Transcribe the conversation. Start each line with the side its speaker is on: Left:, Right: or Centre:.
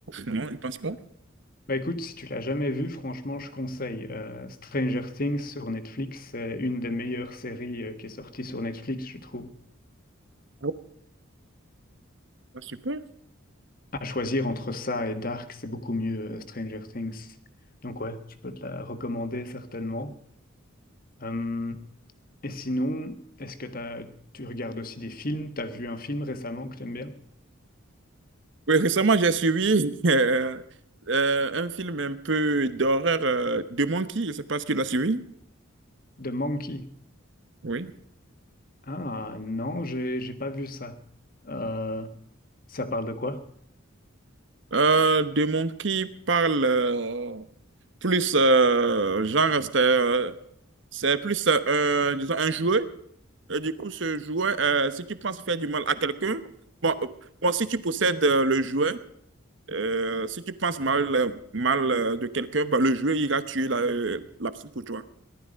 Right: non, je pense pas.
Left: Bah écoute, si tu l'as jamais vu, franchement, je conseille. Euh, Stranger Things sur Netflix, c'est une des meilleures séries euh, qui est sortie sur Netflix, je trouve.
Right: Ah ouais, bah, super.
Left: À choisir entre ça et Dark, c'est beaucoup mieux euh, Stranger Things. Donc ouais, je peux te la recommander certainement. Hum, et sinon, est-ce que t'as, tu regardes aussi des films? T'as vu un film récemment que t'aimes bien?
Right: Oui, récemment, j'ai suivi <laughs> euh, euh, un film un peu d'horreur euh, de Monkey. Je sais pas si tu l'as suivi.
Left: The Monkey.
Right: Oui.
Left: Ah non, j'ai j'ai pas vu ça. Euh, ça parle de quoi?
Right: Euh, de Monkey parle euh, plus euh, genre, c'est euh, c'est plus euh, un, disons, un jouet. Et du coup, ce jouet, euh, si tu penses faire du mal à quelqu'un, bon, euh, bon, si tu possèdes euh, le jouet, Euh, si tu penses mal, euh, mal euh, de quelqu'un, bah, le jeu ira tuer la, euh, la personne pour toi.